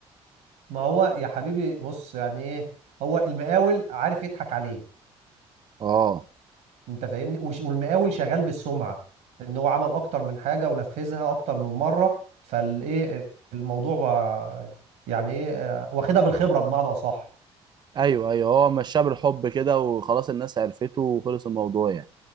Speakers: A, on the right; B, on the right.
A: ما هو يا حبيبي بص يعني ايه هو المقاول عارف يضحك عليه
B: اه
A: انت فاهمني وش- والمقاول شغال بالسمعه ان هو عمل اكتر من حاجه ونفذها اكتر من مره فالايه الموضوع بقى يعني ايه آه، واخدها بالخبره بمعنى اصح
B: ايوه ايوه هو مشاه بالحب كده وخلاص الناس عرفته وخلص الموضوع يعني